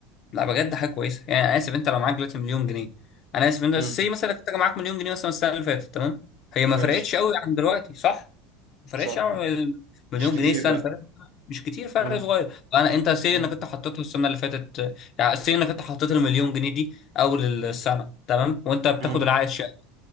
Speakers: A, on the left; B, on the right.
A: لا بجد حاجه كويسه يعني انا اسف انت لو معاك دلوقتي مليون جنيه انا اسف انت
B: مم.
A: سي مثلا كنت معاك مليون جنيه مثلا السنه اللي فاتت تمام هي ما
B: ماشي
A: فرقتش قوي عن دلوقتي صح ما فرقتش
B: صح
A: قوي عن ال- مليون
B: مش كتير
A: جنيه السنه
B: لا
A: اللي فاتت مش كتير فرق
B: مم.
A: صغير انا انت سي
B: مم.
A: انك انت حطيت السنه اللي فاتت يعني سي انك انت حطيت المليون جنيه دي اول السنه تمام وانت بتاخد
B: مم.
A: العائد شهري